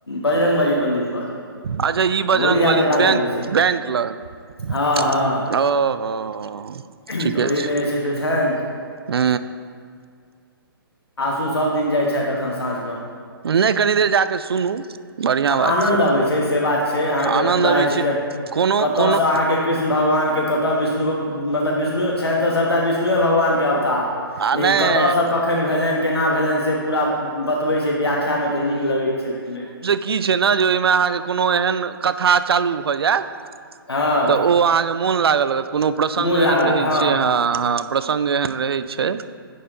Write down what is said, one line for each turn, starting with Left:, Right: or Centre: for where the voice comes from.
Left: बजरंग बली मन्दिर पर।
Right: अच्छा ई बजरंग
Left: भोली झा
Right: बली
Left: दोकान
Right: बैक
Left: लग जे छै
Right: बैक लग
Left: हँ हँ
Right: ओ ओ ठीके
Left: तऽ ओहिमे
Right: छै
Left: जे से छनि
Right: ह
Left: आँसू सभ दिन जाइ छथि एखन साँझ
Right: नहि कनी देर जा कऽ सुनू बढ़िआ बात
Left: आनंद
Right: छै
Left: अबै से बात छै अहाँके
Right: आनन्द
Left: पूरा
Right: अबैत
Left: जे
Right: छै
Left: से
Right: कोनो
Left: कतयसँ
Right: कोनो।
Left: अहाँके कृष्ण भगवानके कतऽ विष्णु मतलब विष्णु छनि तऽ सभटा विष्णुए भगवानके अवतार।
Right: आ
Left: लेकिन
Right: नहि
Left: कतयसँ कखन भेलनि केना भेलनि से पूरा बतबै छै व्य सुख्या मे तऽ नीक लगैत छै सुनैत।
Right: कि छै ने जे ओहिमे अहाँकेँ कोनो एहन कथा चालू भऽ जायत
Left: हँ।
Right: तऽ ओ अहाँकेँ मोन लागल लागत कोनो प्रसंग
Left: मोन लागल
Right: एहन रहै
Left: हँ
Right: छै ह ह प्रसङ्ग एहन रहै छै।